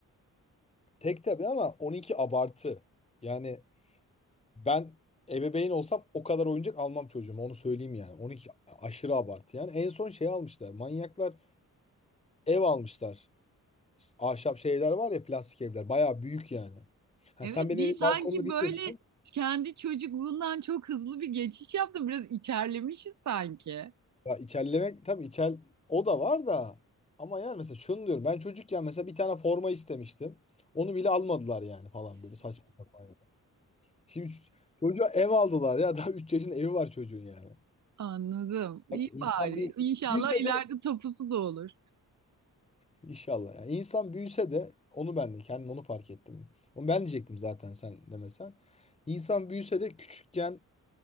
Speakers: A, on the left (about 20°); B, on the right (about 60°).
A: tek tabii ama 12 abartı. Yani Ben ebeveyn olsam o kadar oyuncak almam çocuğuma onu söyleyeyim yani. 12 aşırı abartı yani. En son şey almışlar. Manyaklar ev almışlar. Ahşap şeyler var ya plastik evler. Bayağı büyük yani. Ha,
B: Evet
A: sen
B: bir
A: benim evin
B: sanki
A: balkonunu biliyorsun.
B: böyle kendi çocukluğundan çok hızlı bir geçiş yaptım, Biraz içerlemişiz sanki.
A: Ya içerlemek tabii içer o da var da. Ama yani mesela şunu diyorum. Ben çocukken mesela bir tane forma istemiştim. Onu bile almadılar yani falan böyle saçma sapan. yani. Şimdi ç- çocuğa ev aldılar ya. Daha 3 yaşında evi var çocuğun yani.
B: Anladım. İyi
A: Tabii
B: bari.
A: insan bir
B: İnşallah
A: büyüse
B: ileride
A: de
B: topusu da olur.
A: İnşallah. Yani insan büyüse de onu ben de kendim onu fark ettim. Onu ben diyecektim zaten sen demesen. İnsan büyüse de küçükken